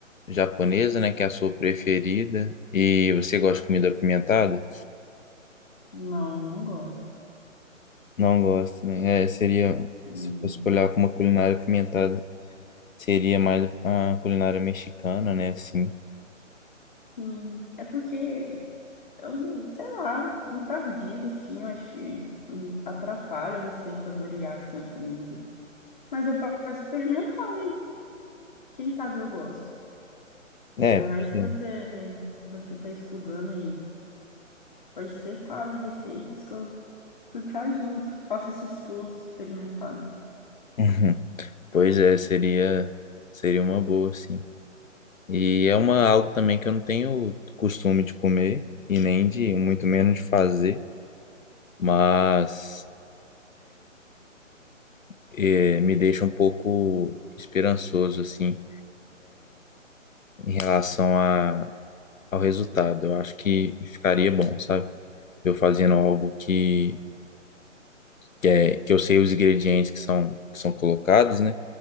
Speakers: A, on the left; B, on the left.
A: japonesa, né? Que é a sua preferida. E você gosta de comida apimentada?
B: Não, não gosto.
A: Não gosto, né? É, seria,
B: Não.
A: se fosse olhar para uma culinária apimentada, Seria mais a culinária mexicana, né? Assim.
B: Sim, é porque eu, não- sei lá, muito tardido assim, eu acho que hum, atrapalha você saborear, assim, a comida. Mas eu posso experimentar, né? Quem sabe eu gosto.
A: É,
B: Ainda mais
A: pois
B: que
A: é.
B: você, você tá estudando Você pode testar as receitas que eu, que eu te ajudo. Faça esse esforço de experimentar.
A: Uhum. Pois é, seria, seria uma boa, sim. E é uma, algo também que eu não tenho costume de comer e nem de, muito menos de fazer, mas eh, me deixa um pouco esperançoso, assim, em relação a, ao resultado. Eu acho que ficaria bom, sabe? Eu fazendo algo que, que, é, que eu sei os ingredientes que são, que são colocados, né?